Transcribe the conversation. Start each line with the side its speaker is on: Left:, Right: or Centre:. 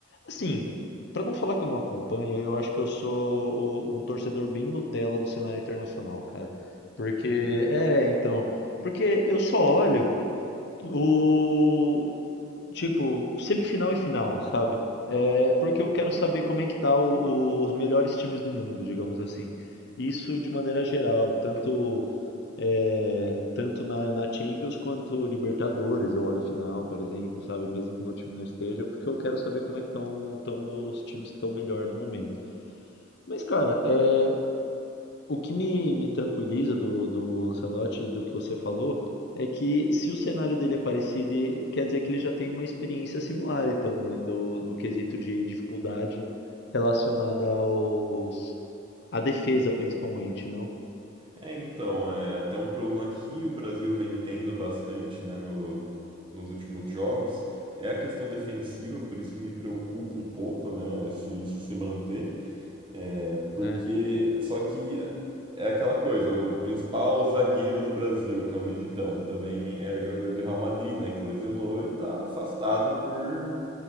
Left: Assim, pra não falar que eu não acompanho, eu acho que eu sou o- um torcedor bem Nutella do cenário internacional, cara. Porque, é, então, porque eu só olho o tipo, semifinal e final, sabe? É porque eu quero saber como é que tá o- o- os melhores times do mundo, digamos assim. Isso de maneira geral, tanto é, tanto na, na Champions quanto Libertadores, eu olho a final, por exemplo, sabe? Mesmo que meu time não esteja, porque eu quero saber como é que estão os times que estão melhor no momento. Mas, cara, é, o que me, me tranquiliza do, do Ancelotti, do que você falou, é que se o cenário dele é parecido, e- quer dizer que ele já tem uma experiência similar, então, né, do, no quesito de dificuldade relacionada aos, à defesa, principalmente, não?
Right: É, então, é até um problema que o Brasil vem tendo bastante, né, no, nos últimos jogos. É a questão defensiva, por isso que me preocupa um pouco, né, se isso se manter. É, porque.
Left: Né?
Right: Só que é aquela coisa, o principal zagueiro do Brasil, que é o Militão, também é jogador do Real Madrid, né? Que lesionou e tá afastado por